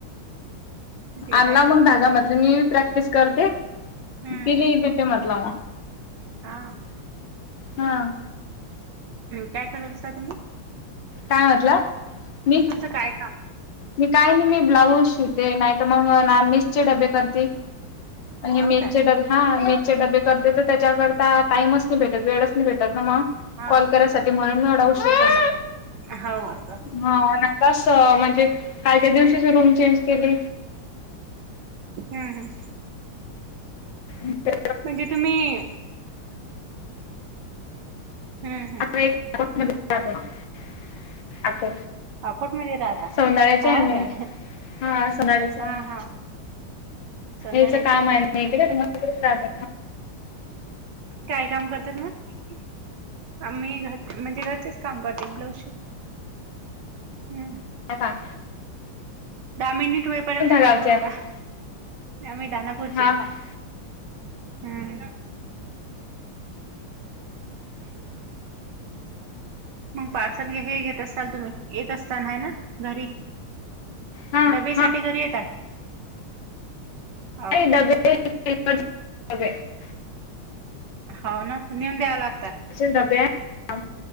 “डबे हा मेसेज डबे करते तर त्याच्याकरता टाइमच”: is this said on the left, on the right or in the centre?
Left